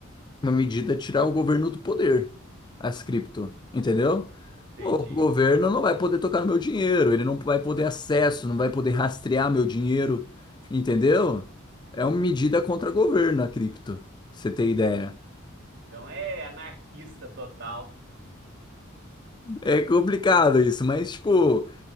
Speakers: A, on the left; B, on the right.
A: uma medida tirar o governo do poder, as cripto, entendeu?
B: Entendi.
A: O governo não vai poder tocar no meu dinheiro, ele não vai poder acesso, não vai poder rastrear meu dinheiro, entendeu? É uma medida contra o governo, a cripto, pra você ter ideia.
B: Então é anarquista total.
A: É complicado isso, mas, tipo,